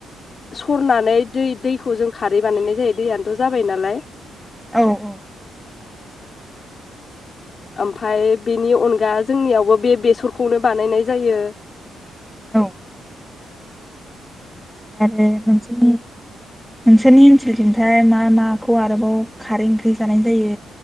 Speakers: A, on the left; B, in the centre.
A: सरनानै दै दैखौ जों खारै बानायनाय जायो दैयानोथ' जाबाय नालाय
B: औ औ
A: ओमफाय बिनि अनगा जोंनियावबो बे बेसरखौनो बानायनाय जायो
B: औ आरो नोंसोरनि नोंसोरनि ओनसोलथिंथाय मा मा माखौ आरोबाव खारै ओंख्रि जानाय जायो